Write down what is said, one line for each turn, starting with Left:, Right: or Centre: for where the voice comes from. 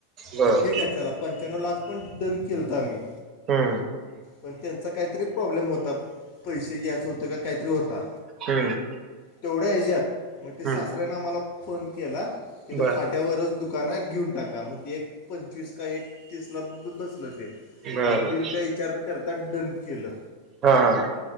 Right: बर
Left: मग ठीक आहे चला पंच्या्व लाख पण डन केलं तर आम्ही,
Right: हम्म
Left: पण त्यांचा काहीतरी प्रॉब्लेम होता पैसे घ्यायचं होतं का काहीतरी होता.
Right: हम्म!
Left: तेवढ्या ह्याच्या्यात मग ते सासऱ्यानें
Right: हम्म
Left: आमला फोन केला की ते
Right: बर
Left: फाट्यावरच दुख दुकाना घेऊन टाका मग ते एक पंचवीस का एक तीस ला बसलं ते,
Right: बर
Left: मग
Right: बर
Left: बीन काय विचार करतात डन केलं.
Right: हा, हा.